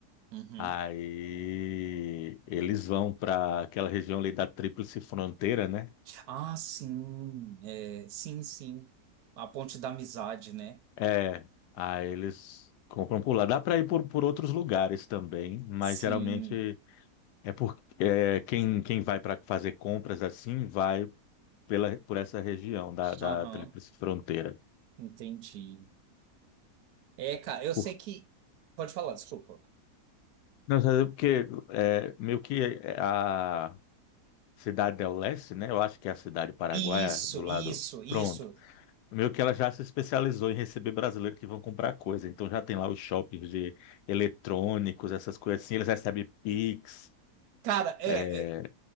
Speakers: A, on the right; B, on the left.
A: Uhum.
B: Aí eles vão para aquela região ali da Tríplice Fronteira, né?
A: Ah, sim, é, sim, sim. A ponte da amizade, né?
B: É, aí eles compram por lá. Dá para ir por, por outros lugares também, mas
A: Sim,
B: geralmente. É porque é, quem, quem vai para fazer compras assim vai pela, por essa região da, da
A: aham,
B: Tríplice Fronteira.
A: entendi. É, cara, eu
B: Por-
A: sei que. Pode falar, desculpa.
B: Não, sabe porque é, meio que é, a cidade del Leste, né? Eu acho que é a cidade paraguaia
A: Isso,
B: do lado.
A: isso, isso.
B: Pronto. Meio que ela já se especializou em receber brasileiros que vão comprar coisa. Então já tem lá os shoppings de eletrônicos, essas coisas assim. Eles recebem Pix.
A: Cara, é,
B: É,
A: é,